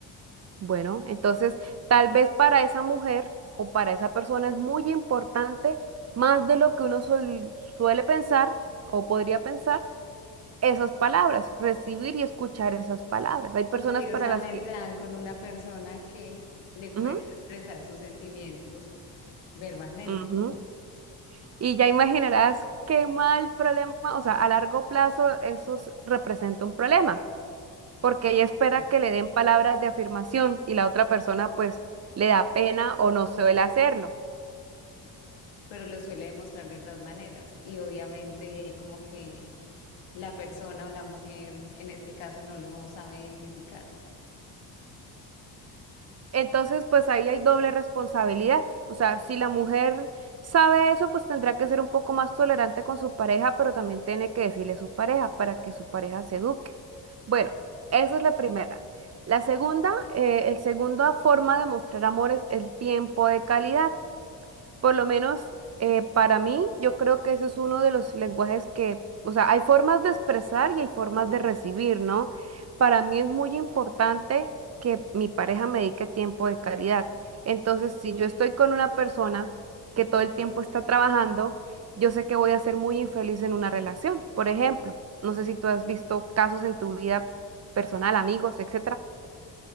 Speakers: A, on the right; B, on the left.
A: Bueno, entonces tal vez para esa mujer o para esa persona es muy importante, más de lo que uno suel- suele pensar o podría pensar, esas palabras, recibir y escuchar esas palabras. Hay
B: Y
A: personas
B: curiosamente
A: para las que...
B: dan con una persona que le cuesta
A: Ujú,
B: expresar sus sentimientos verbalmente,
A: ujú. Y ya imaginarás qué mal problema, o sea, a largo plazo eso s- representa un problema, porque ella espera
B: Claro.
A: que le den palabras de afirmación y la otra persona pues le da pena o no suele hacerlo.
B: pero lo suele demostrar de otras maneras. Y obviamente como que la persona o la mujer en este caso no lo sabe identificar.
A: Entonces, pues ahí hay doble responsabilidad. O sea, si la mujer sabe eso, pues tendrá que ser un poco más tolerante con su pareja, pero también tiene que decirle a su pareja para que su pareja se eduque. Bueno, esa es la primera. La segunda, eh, el segundo forma de mostrar amor es el tiempo de calidad. Por lo menos eh, para mí, yo creo que ese es uno de los lenguajes que, o sea, hay formas de expresar y hay formas de recibir, ¿no? Para mí es muy importante que mi pareja me dedique tiempo de calidad. Entonces, si yo estoy con una persona que todo el tiempo está trabajando, yo sé que voy a ser muy infeliz en una relación. Por ejemplo, no sé si tú has visto casos en tu vida personal, amigos, etcétera.